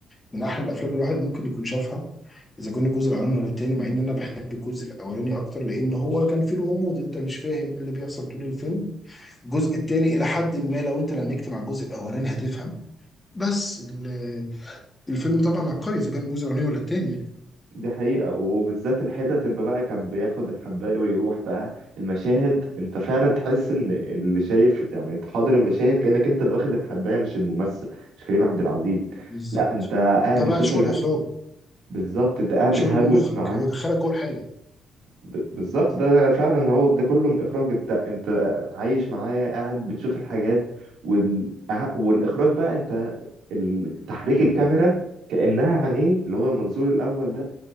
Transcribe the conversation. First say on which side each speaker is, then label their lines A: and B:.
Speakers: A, on the left; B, on the right.
A: من احلى الافلام اللي الواحد ممكن يكون شافها اذا كان الجزء الاولاني ولا التاني مع ان انا بحب الجزء الاولاني اكتر لان هو كان فيه الغموض انت مش فاهم إيه اللي بيحصل طول الفيلم الجزء التاني الى حد ما لو انت لنكت مع الجزء الاولاني هتفهم بس ال- الفيلم طبعا عبقري اذا كان الجزء الاولاني ولا التاني يعني
B: دي حقيقة وبالذات الحتت اللي بقى كان بياخد الحباية ويروح بقى المشاهد انت فعلا تحس ان اللي شايف يعني انت حاضر المشاهد كأنك انت اللي واخد الحباية مش الممثل مش كريم عبد العزيز
A: بالظبط
B: لا انت قاعد
A: وده
B: بتشوف
A: بقى شغل
B: اله...
A: اخراج
B: بالظبط انت قاعد
A: ده
B: بتهلوس
A: شغل المخرج
B: معاه
A: هو دخلك جوه الحاله
B: ب... بالظبط ده فعلا هو ده كله من اخراج انت انت عايش معاه قاعد بتشوف الحاجات وال... أه، والاخراج بقى انت ال- تحريك الكاميرا كأنها عينيه اللي هو المنظور الأول ده